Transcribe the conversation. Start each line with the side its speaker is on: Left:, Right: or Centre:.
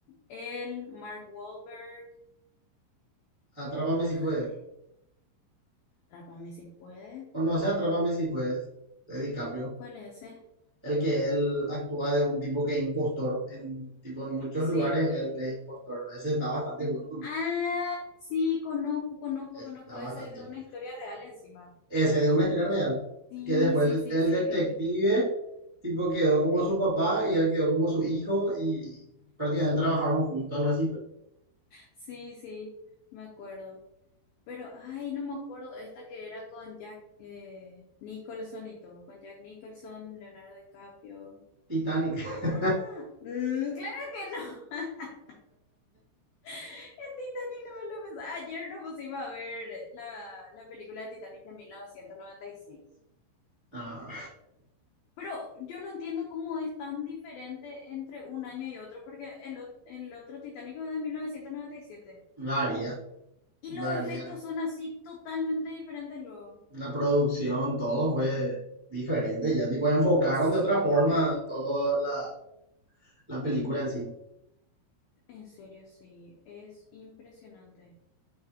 Left: él, Mark Wahlberg.
Right: Atrápame si
Left: Ay,
Right: puedes.
Left: Atrápame si puede.
Right: Conoce Atrápame si puedes, de DiCaprio.
Left: ¿Cuál es ese?
Right: El que él actúa de un tipo que es impostor en, tipo, en muchos
Left: Sí.
Right: lugares, él es impostor. Ese está bastante bueno
Left: Ah, sí, conozco, conozco,
Right: ese
Left: conozco.
Right: está
Left: Esa
Right: bastante
Left: es de una
Right: bueno
Left: historia real encima.
Right: Ese es una historia real.
Left: Sí,
Right: Que después
Left: sí,
Right: el,
Left: sí,
Right: el
Left: sí,
Right: detective,
Left: vi.
Right: tipo, quedó como su papá y él quedó como su hijo y prácticamente trabajaron juntos, algo así fue.
Left: Sí, sí, me acuerdo. Pero, ay, no me acuerdo, esta que era con Jack eh, Nicholson y todo, con Jack Nicholson, Leonardo DiCaprio.
Right: Titanic.
Left: Ah,
Right: <laughs>
Left: mm, claro que no. <laughs> En Titanic no me lo pensaba. Ayer nos pusimos a ver la, la película de Titanic de mil novecientos noventa y seis
Right: Ah,
Left: Pero yo no entiendo cómo es tan diferente entre un año y otro, porque el, o- el otro Titanic es de 1997.
Right: varia,
Left: Y
Right: varia.
Left: siete. Y los efectos son así totalmente diferentes luego.
Right: La producción, todo fue diferente. Ya, tipo, enfocaron
Left: Sí.
Right: de otra forma toda la, la película en sí.
Left: En serio, sí, es impresionante.